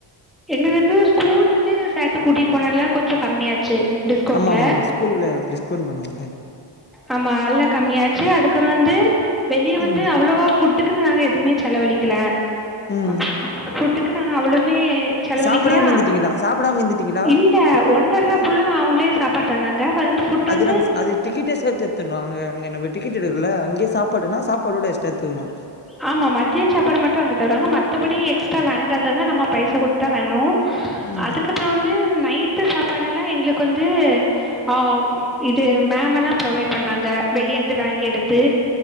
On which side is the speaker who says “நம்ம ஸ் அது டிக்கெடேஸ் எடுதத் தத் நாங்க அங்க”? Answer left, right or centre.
Left